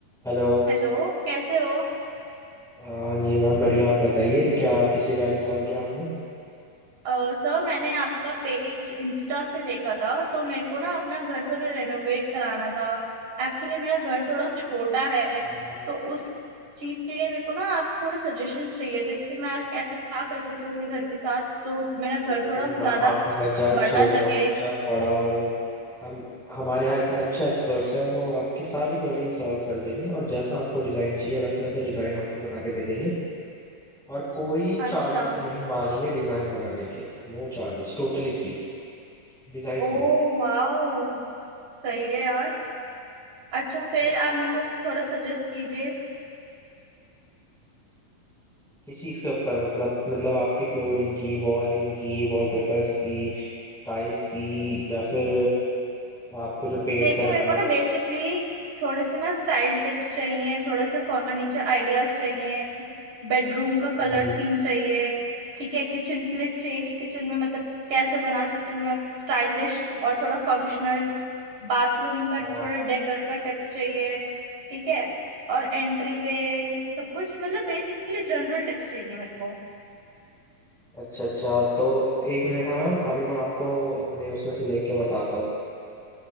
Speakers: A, in the centre; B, on the right.
A: Hello
B: Hello कैसे हो
A: हाँ जी ma'am बढ़िया आप बताइए क्या किस रिगार्डिंग कॉल किया आपने
B: अ, सर मैंने आपका पेज इंस्टा से देखा था तो मेरे को ना अपना घर थोड़ा रेनोवेट कराना था एक्चुअली मेरा घर थोड़ा छोटा है
A: हाँ,
B: तो उस चीज के लिए मेरे को ना आपसे थोड़े सजेशंस चाहिए थे कि मैं कैसे क्या कर सकती हूँ अपने घर के साथ जो मेरा घर
A: तो
B: थोड़ा
A: वही मैम
B: ज्यादा
A: आपका घर चाहे छोटा
B: बड़ा लगे
A: हो चाहे बड़ा हो हम हमारे यहाँ इतने अच्छे एक्सपर्ट्स हैं वो आपकी सारी क्वेरी सॉल्व कर देंगे और जैसा आपको डिज़ाइन चाहिए वैसे वैसे डिज़ाइन आपको बना के दे देंगे और कोई
B: अच्छा
A: चार्जेस नहीं मांगेंगे डिज़ाइन बनाने के No charges totally free designs
B: ओ
A: बनाने के।
B: वाओ सही है यार अच्छा फिर
A: तो
B: आप
A: आप
B: मेरे को थोड़ा सजेस्ट कीजिए
A: किस चीज़ के ऊपर मतलब मतलब आपकी फ्लोरिंग की वॉलिंग की वॉलपेपर्स की टाइल्स की या फिर आपको जो पेंट
B: देखिए
A: करवाना
B: मेरे को ना
A: है उसकी
B: बेसिकली थोड़े से ना स्टाइल टिप्स चाहिए थोड़ा सा फर्नीचर आइडियाज चाहिए बेडरूम का कलर
A: हम्म,
B: थीम चाहिए ठीक है किचन के लिए चाहिए कि किचन में मतलब कैसे बना सकती हूँ मैं स्टाइलिश और थोड़ा फंक्शनल बाथरूम का
A: हाँ,
B: थोड़ा डेकर का टिप्स चाहिए ठीक है और एंट्री वे सब कुछ मतलब बेसिकली जनरल टिप्स चाहिए मेरे को
A: अच्छा अच्छा तो एक मिनट है मैम अभी मैं आपको अपने उसमें से देख के बताता हूँ